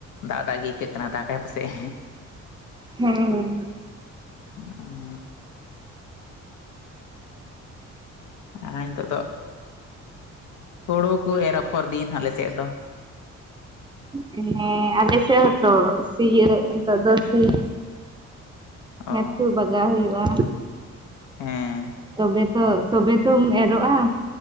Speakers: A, on the left; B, on the right.
A: ᱫᱟᱜ ᱫᱟᱜ ᱜᱮ ᱟᱹᱭᱠᱟᱹᱜ ᱠᱟᱱᱟ ᱫᱟᱠᱟᱭ ᱯᱟᱥᱮᱡ
B: ᱦᱮᱸ
A: <unintelligible> ᱦᱚᱸ ᱱᱤᱛᱚᱜ ᱫᱚ ᱦᱩᱲᱩ ᱠᱚ ᱮᱨ ᱟᱯᱷᱚᱨ ᱫᱤᱱ ᱟᱞᱮᱥᱮᱫ ᱫᱚ
B: ᱦᱮᱸ ᱟᱞᱮ ᱥᱮᱫ ᱛᱚ ᱥᱤᱭᱟᱹᱵ ᱱᱮᱛᱟᱨ ᱫᱚ ᱥᱤ
A: ᱚ
B: ᱦᱮᱸ ᱛᱚ ᱞᱟᱜᱟᱣ ᱦᱩᱭᱩᱜᱼᱟ
A: ᱦᱮᱸ
B: ᱛᱚᱵᱮ ᱛᱚ ᱛᱚᱵᱮ ᱛᱚᱢ ᱮᱨᱚᱜ-ᱟ